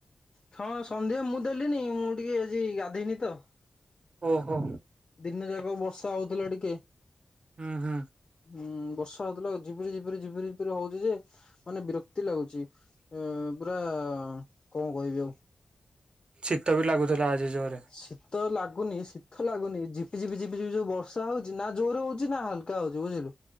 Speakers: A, on the left; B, on the right.
A: ହଁ ସନ୍ଧ୍ୟା ମୁଁ ଦେଲିିନି ମୁଁ ଟିକେ ଆଜି ଗାଧୋଇନି ତ?
B: ଓ ହୋ।
A: ଦିନ ଯାକ ବର୍ଷା ହଉଥିଲା ଟିକେ
B: ହାଁ ହାଁ।
A: ହୁଁ ବର୍ଷା ହଉଥିଲା ଝପିରି ଝିପରି ଝିପରି ଝିପରି ହଉଛି ଯେ ମାନେ ବିରକ୍ତି ଲାଗୁଛି। ଏ ପୁରା କଣ କହିବି ଆଉ
B: ଶୀତ ବି ଲାଗୁଥିଲା ଆଜି। ଜୋରେ
A: ସି ତ ଲାଗୁନି ଶୀତ ଲାଗୁନି ଝିପିଝିପି ଝିପିଝିପି ଯୋଉ ବର୍ଷା ହଉଛି ନା ଜୋରେ ହଉଛି ନା ହାଲକା ହଉଛି ବୁଝିଲୁ?